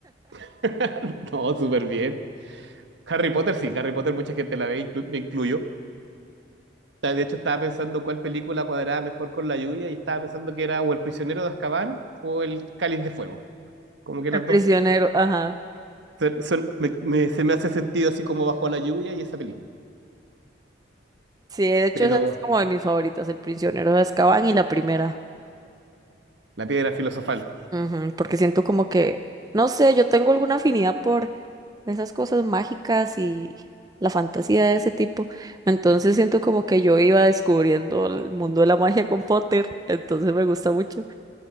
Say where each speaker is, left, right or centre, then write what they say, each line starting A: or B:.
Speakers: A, on the right; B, on the right.
A: <laughs> No, súper bien. Harry Potter, sí, Harry Potter, mucha gente la ve, inclu- me incluyo. Ta- De hecho, estaba pensando cuál película cuadraba mejor con la lluvia y estaba pensando que era o El prisionero de Azkaban o El Cáliz de Fuego. Como que las
B: El prisionero,
A: dos
B: ajá.
A: se- son- me, me- se me hace sentido así como bajo la lluvia y esa película.
B: Sí, de hecho,
A: Pero
B: esa es como de mis favoritas, El prisionero de Azkaban y la primera.
A: La piedra filosofal.
B: Ujú, porque siento como que, no sé, yo tengo alguna afinidad por esas cosas mágicas y la fantasía de ese tipo. Entonces siento como que yo iba descubriendo el mundo de la magia con Potter, entonces me gusta mucho.